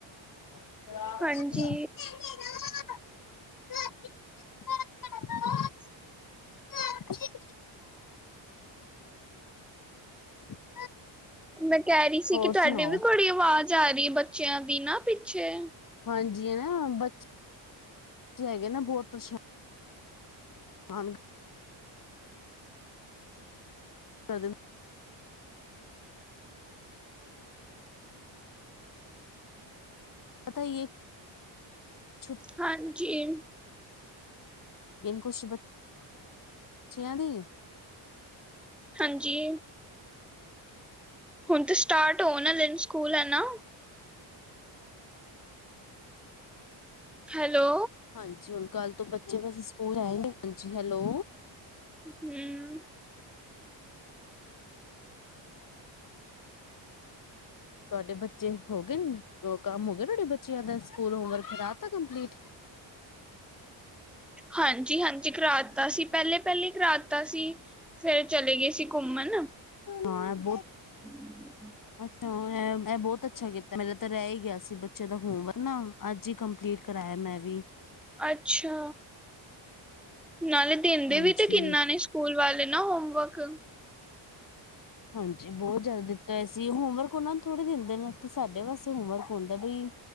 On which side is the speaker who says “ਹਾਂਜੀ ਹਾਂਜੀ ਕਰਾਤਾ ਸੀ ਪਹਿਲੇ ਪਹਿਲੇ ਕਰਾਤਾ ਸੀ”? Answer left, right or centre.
Centre